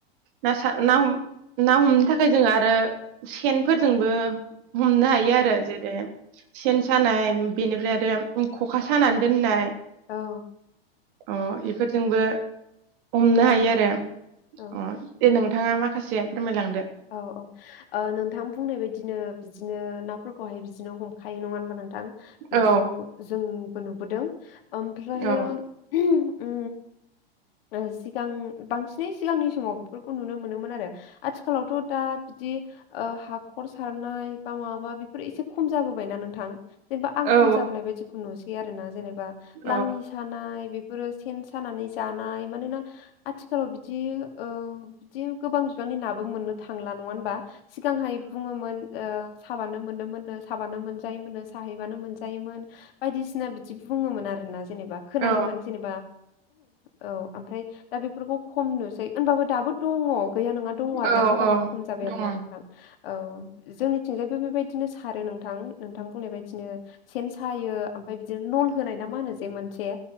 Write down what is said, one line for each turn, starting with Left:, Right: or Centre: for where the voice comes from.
Right: ना सा ना हमनो थाखाय थाखाय जों आरो सेनफोरजोंबो हमनो हायो आरो जेरै सेन सानाय बेनिफ्राय आरो ख'खा सानानै दोननाय
Left: औ
Right: अ इफोरजोंबो हमनो हायो
Left: औ
Right: आरो अ
Left: औ
Right: दे नों नोंथाङा माखासे फोरमायलांदो
Left: औ औ औ नोंथां बुंनाय बायदिनो बिदिनो नाफोरखौहाय बिदिनो हमखायो नङा होनबा नोंथां थां बेखौ
Right: औ
Left: जों बो नुबोदों ओमफ्रायो
Right: औ
Left: <unintelligible> उ ओ सिगां बांसिनै सिगांनि समाव बेफोरखौ नुनो मोनोमोन आरो आथि आथिखालावथ' दा बिदि ओ हाखर सारनाय बा माबा बेफोर एसे खम जाबो बाय ना नोंथां जेनेबा आं
Right: औ
Left: खम जाबोनाय बायदिखौ नु बे आरो ना जेनबा बा
Right: औ
Left: लाङि सानाय बे बेफोरो सेन सानानै जानाय मानोना आथिखालाव बिदि ओ बिदि गोबां बिबांनि ना बो मोननो थांला नङा होनबा? सिगांहाय बुङोमोन ओ साबानो मोनोमोननो साबानो मोनजायोमोनो सा हैबानो मोनजायोमोन बायदिसिना बिदि बुङोमोन आरोना। जेनेबा खोनायोमोन
Right: औ
Left: जेनेबा। औ ओमफ्राय दा बेफोरखौ खम नुसै होनबाबो दाबो दङ' गैया नङा। दङ' आरोना
Right: औ
Left: होनबाबो
Right: औ
Left: खम जाबाय
Right: दङ
Left: आरोना नोंथां औ जोंनि थिंजायबो बेबायदिनो सारो नोंथां नोंथां बुंनाय बायदिनो। सेन सायो ओमफ्राय बिद दिनो नल होनाय ना मा होनो जे मोनसे